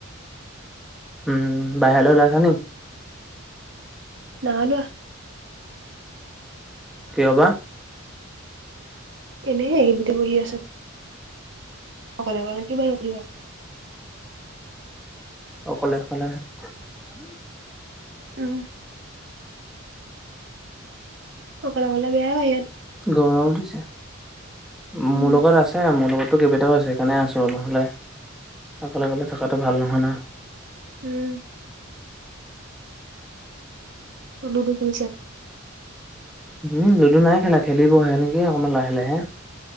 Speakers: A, in the centre; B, on the right.
A: উম, বাহিৰলৈ ওলাইছা নি?
B: নাই ওলোৱা।
A: কিয় বা?
B: এনে এইখিনিতে বহি আছো। অকলে অকলে কি বহি <unintelligible>
A: অকলে অকলে। <unintelligible>
B: উম অকলে অকলে বেয়াই বাহিৰত
A: গৰম বুজিছা, মোৰ
B: উম
A: লগত আছে মোৰ লগতটো কেইবেইটাও আছে সেইকাৰণে আছোঁ, নহ'লে অকলে অকলে থকাটো ভাল নহয় ন।
B: উম, লুডু খেলিছে।
A: উম লুডু নাই খেলা খেলিব হে এনেকে অকমান লাহে লাহে।